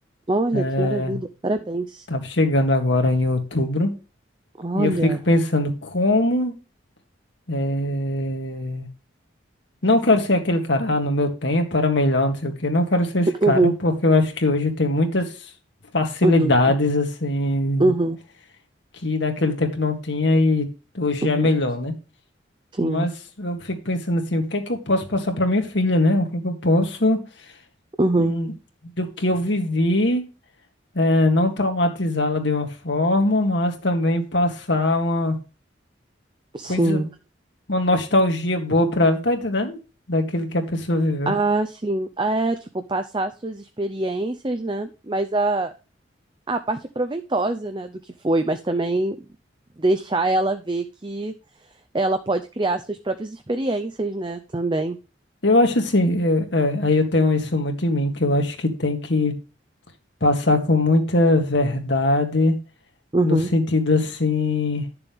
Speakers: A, on the right; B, on the left.
A: Olha,
B: é,
A: que maravilha. Parabéns.
B: tá chegando agora em outubro.
A: Olha.
B: E eu fico pensando como, é, não quero ser aquele cara, ah, no meu tempo era melhor, não sei o quê. Não quero ser esse cara,
A: Uhum,
B: porque eu acho que hoje tem muitas facilidades
A: uhum,
B: assim
A: uhum,
B: que naquele tempo não tinha e hoje
A: uhum.
B: é melhor, né?
A: Sim.
B: Mas eu fico pensando assim, o que é que eu posso passar para minha filha, né? O que é que eu posso,
A: Uhum,
B: hum, do que eu vivi, eh, não traumatizá-la de uma forma, mas também passar uma
A: sim.
B: coisa, uma nostalgia boa para ela, tá entendendo? Daquilo que a pessoa viveu.
A: Ah, sim. É, tipo, passar suas experiências, né? Mas a, a parte proveitosa, né, do que foi, mas também deixar ela ver que ela pode criar suas próprias experiências, né, também.
B: Eu acho assim, eh, eh, aí eu tenho isso muito em mim, que eu acho que tem que passar com muita verdade,
A: Uhum,
B: no sentido assim.